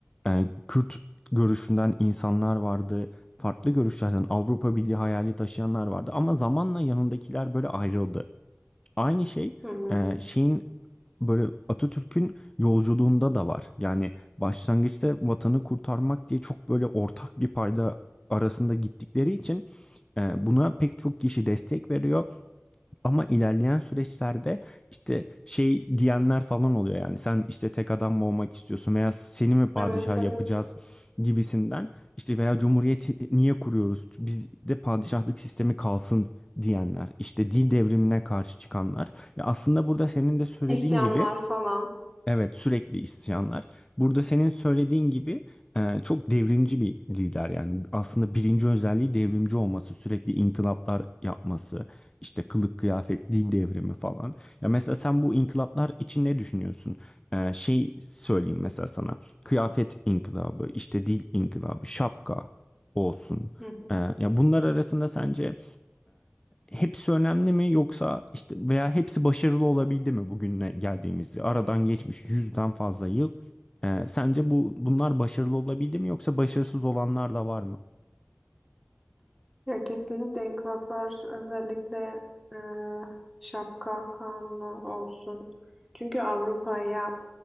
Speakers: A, on the left; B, in the centre.
A: e, Kürt görüşünden insanlar vardı. Farklı görüşlerden Avrupa Birliği hayali taşıyanlar vardı ama zamanla yanındakiler böyle ayrıldı. Aynı şey
B: Hı.
A: e, şeyin böyle Atatürk'ün yolculuğunda da var. Yani başlangıçta vatanı kurtarmak diye çok böyle ortak bir payda arasında gittikleri için e, buna pek çok kişi destek veriyor. Ama ilerleyen süreçlerde işte şey diyenler falan oluyor yani sen işte tek adam mı olmak istiyorsun veya seni mi padişah
B: Evet, evet.
A: yapacağız gibisinden işte veya cumhuriyeti niye kuruyoruz biz de padişahlık sistemi kalsın diyenler işte din devrimine karşı çıkanlar. Ya aslında burada senin de söylediğin
B: İsyanlar
A: gibi
B: falan.
A: Evet sürekli isyanlar. Burada senin söylediğin gibi e, çok devrimci bir lider yani aslında birinci özelliği devrimci olması, sürekli inkılaplar yapması, işte kılık kıyafet, dil devrimi falan. Ya mesela sen bu inkılaplar için ne düşünüyorsun? E, şey söyleyeyim mesela sana. Kıyafet inkılabı, işte dil inkılabı, şapka olsun.
B: Hı hı.
A: E, ya bunlar arasında sence hepsi önemli mi yoksa işte veya hepsi başarılı olabildi mi bugüne geldiğimizde? Aradan geçmiş yüzden fazla yıl. Ee, sence bu bunlar başarılı olabildi mi yoksa başarısız olanlar da var mı?
B: Ya kesinlikle inkılaplar özellikle e, şapka kanunu olsun. Çünkü Avrupa'ya